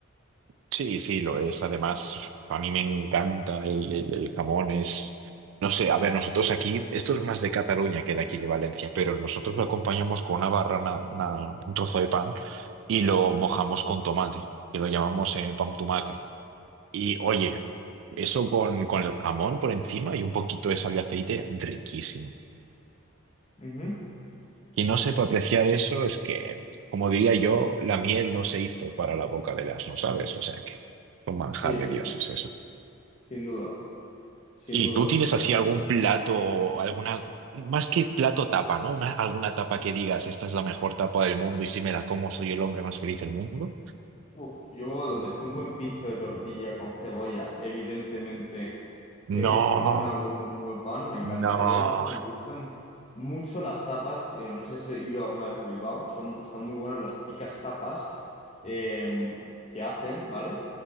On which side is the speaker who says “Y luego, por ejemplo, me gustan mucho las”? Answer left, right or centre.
Left